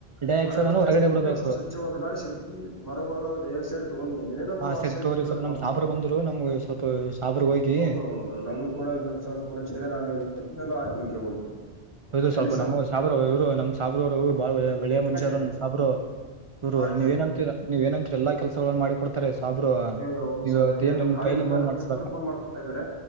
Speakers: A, on the right; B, on the left.
A: ಡೈಆಕ್ಸೈಡ್
B: ಮರಗಳು
A: ಅನ್ನು ಹೊರಗಡೆ
B: ಎಷ್ತಿದ್ವ
A: ಬಿಡ್ಬೇಕು
B: ಅಷ್ಟು ಸ್ವ ಚ್ಚವಾದ ಗಾಳಿ ಸಿಗುತ್ತದೆ ಮರಗಳು ಡೈಆಕ್ಸೈಡ್ ತಗೊಂಡ್ ಮೇಲೆ <unintelligible>
A: ಹಾ
B: ಅಕ್ಸೈಡ್
A: ಸರಿ ತೋರಿ
B: ಬಿಡುಗಡೆ
A: ಸ್ವಲ್ಪ ನಮ್
B: ಮಾಡ್ತಾವೆ
A: ಸಾಬ್ರು ಬಂದ್ರು ನಮ್ಗೆ ಸ್ವಲ್ಪ ಸಾಬ್ರ ಹೋಗಿ
B: <unintelligible> ನನಿ ಕೂಡ ಇಲ್ಲ ಸರ್ ಫೋನ್ ಹಚ್ಚಿದ್ರೆ ನಾನ್ <unintelligible> ಓಕೆ ಓಕೆ
A: ಹೌದು
B: ಇಡ್ಲಿ
A: ಸ್ವಲ್ಪ
B: ಸರ್
A: ನಮ್ ಸಾಬ್ರು ಇವ್ರು ನಮ್ ಸಾಬ್ರರು ಬಾಳ ಒಳ್ಳ ಒಳ್ಳೆಯ ಮನ್ಶ
B: ಆಯ್ತು
A: ಆದಾರ್
B: ಆಯ್ತು
A: ನಮ್ ಸಾಬ್ರು. ಇವ್ರು
B: ಆಯ್ತು
A: ನೀವ್
B: ಆಯ್ತು
A: ಏನಂತೀರ ನೀವ್ ಏನಂತೀರಿ ಎಲ್ಲಾ ಕೆಲಸಗಳನ್ನ ಮಾಡಿ ಕೊಡ್ತಾರೆ ಸಾಬ್ರು
B: ಏ
A: ನೀವ್
B: ಸರ್
A: ಅವ್ರತ್ರ
B: ನಾ ಇದು
A: ಏನ್
B: ನಮ್
A: ನಿಮ್
B: ಕಾಲೇಜಿಂದ
A: ಪೈಲ್ ಮೂವ್
B: ನಮ್
A: ಮಾಡ್ಸ್
B: ಫೋನ್ ಮಾಡ್ತಾ ಇದಾರೆ